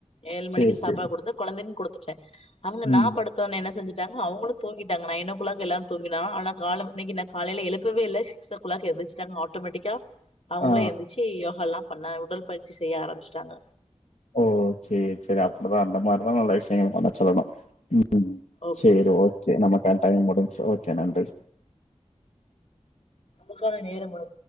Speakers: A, on the left (about 55°); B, on the left (about 80°).
A: ஏழு மணிக்கு
B: சேரி
A: சாப்பாடு
B: சேரி
A: குடுத்து கொழந்தைங் கு டுத்துட்ட அவுங்க
B: ம்
A: நா படுத்தோனே என்ன செஞ் ட்டாங்க அவங்களு தூங்கிட்டாங்க நைன் ஓ கிளாக் எல்லா தூங்கினா ஆனா கால இன்னைக்கு நா காலைல எழுப்பவே இல்ல சிக்ஸ் ஓ கிளாக் எந்திச்சுட்டாங்க ஆட்டோமேட்டிக்கா அவங்களே
B: ஆ
A: எந்துச்சு யோகால்லா பண்ணா உடல் பயிற்சி செய்ய ஆரம்பிச்சிட்டாங்க
B: ஓ சேரி சேரி அப்டிதா அந்த மாரிதா நல்ல விஷயங்கள பண்ண சொல்லணு ம்
A: ஓகே
B: சேரி ஓகே நமக்கான டைம் முடிஞ்ச்சு ஓகே நன்றி
A: நமக்கான நேரோ வரு